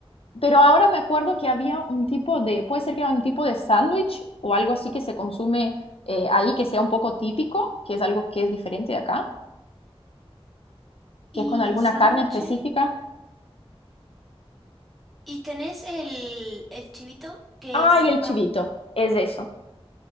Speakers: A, on the left; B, in the centre.
A: pero ahora me acuerdo que había un tipo de, puede ser que era un tipo de sándwich o algo así que se consume eh, ahí que sea un poco típico, que es algo que es diferente de acá, que
B: Y
A: es con alguna
B: sándwiches.
A: carne específica.
B: Y tenés el, el chivito, que
A: Ay,
B: es al
A: el
B: pan.
A: chivito, es eso.